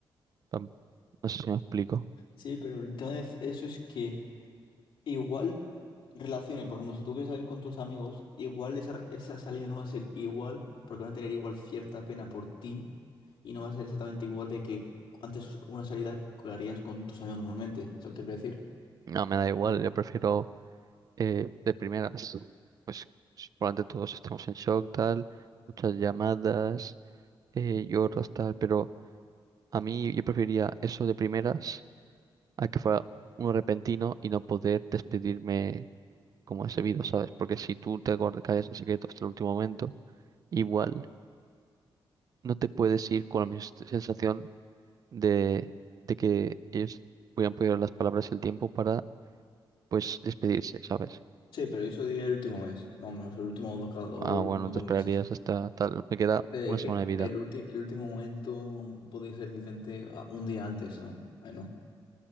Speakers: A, on the right; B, on the left.
A: Plan, No sé si me explico.
B: Sí, pero el tema de eso es que igual relacionen, por ejemplo, si tú quieres salir con tus amigos, igual esa, esa salida no va a ser igual, porque van a tener igual cierta pena por ti y no va a ser exactamente igual de que antes una salida que harías con tus amigos normalmente, ¿sabes lo que te quiero decir?
A: No, me da igual, yo prefiero eh, de primeras, pues probablemente todos estemos en shock, tal, muchas llamadas, eh, lloros, tal, pero a mí yo preferiría eso de primeras a que fuera un repentino y no poder despedirme como es debido, ¿sabes? Porque si tú te guardas- callas el secreto hasta el último momento, igual no te puedes ir con la misma sens- sensación de, de que ellos hubieran podido las palabras y el tiempo para, pues, despedirse, ¿sabes?
B: Sí, pero eso diría el último mes, más o menos, el último dos, ca- o
A: Ah,
B: el último
A: bueno,
B: dos
A: te esperarías
B: meses.
A: hasta tal, me queda
B: Eh,
A: una
B: Es que
A: semana de vida.
B: el, ulti- el último momento podría ser literalmente ah, un día antes, ¿no? Ay, no.